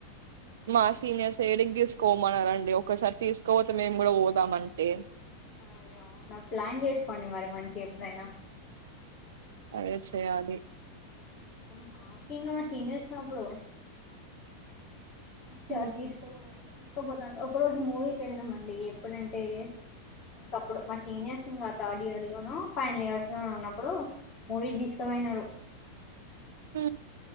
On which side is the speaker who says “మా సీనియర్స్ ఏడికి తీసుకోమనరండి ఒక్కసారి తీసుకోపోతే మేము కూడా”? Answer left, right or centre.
Right